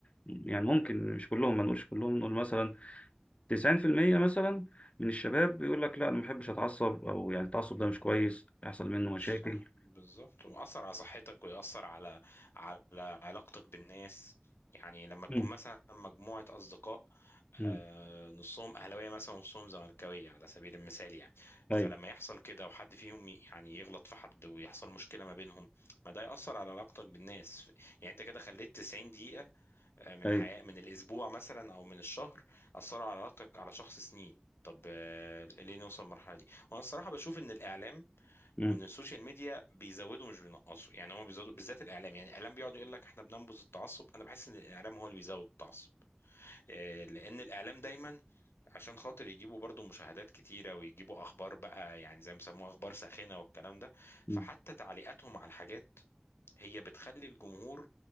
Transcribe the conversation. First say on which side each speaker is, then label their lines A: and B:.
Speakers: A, on the left; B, on the left.
A: يعني ممكن مش كلهم ما نقولش كلهم نقول مثلا 90% مثلا من الشباب بيقول لك لا انا ما بحبش اتعصب او يعني التعصب ده مش كويس يحصل منه مشاكل
B: مش صح بالظبط وأثر على صحتك ويأثر على على علاقتك بالناس يعني لما تكون
A: امم
B: مثلا مجموعة أصدقاء
A: امم
B: آه، نصهم أهلاوية مثلا ونصهم زملكاوية على سبيل المثال يعني فلما
A: ايوه
B: يحصل كده وحد فيهم ي- يعني يغلط في حد ويحصل مشكلة ما بينهم ما ده يأثر على علاقتك بالناس يعني أنت كده خليت 90 دقيقة آه، من
A: ايوه
B: حياة من الأسبوع مثلا أو من الشهر أثروا على علاقتك على شخص سنين طب آه، ليه نوصل للمرحلة دي؟ وأنا الصراحة بشوف إن الإعلام
A: امم
B: ومن السوشيال ميديا بيزودوا مش بينقصوا يعني هم بيزودوا بالذات الاعلام يعني الاعلام بيقعد يقول لك احنا بننبذ التعصب انا بحس ان الاعلام هو اللي بيزود التعصب آه، لان الاعلام دايما عشان خاطر يجيبوا برضو مشاهدات كتيرة ويجيبوا اخبار بقى يعني زي ما بيسموها اخبار ساخنة والكلام ده فحتى
A: أمم.
B: تعليقاتهم على الحاجات هي بتخلي الجمهور